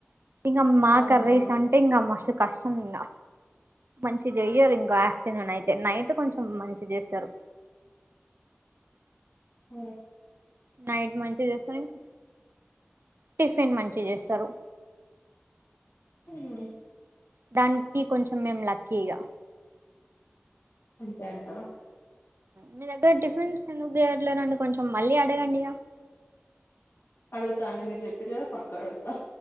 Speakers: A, on the right; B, on the left.
A: ఇంగా మాకర్రీస్
B: అవునా
A: అంటే ఇంకా మస్ కష్టం ఇంగ మంచి జేయ్యరు ఇంకా ఆఫ్టర్ నూన్ అయితే నైట్ కొంచెం మంచిగ్ చేస్తారు
B: హుమ్
A: నైట్ మంచి చేస్తరు ఇంక్ టిఫిన్ మంచి చేస్తారు
B: హుమ్
A: దానికి కొంచెం మేము లక్కీ గా
B: అంతే అంటార
A: మీ దగ్గర టిఫిన్స్ ఎందుకు చేయట్లే రండి కొంచెం కొంచెం మళ్ళీ అడగండి ఇగ
B: అడుగుతా అండి మీరు చెప్పిర్రు కదా పక్కా అడుగుతా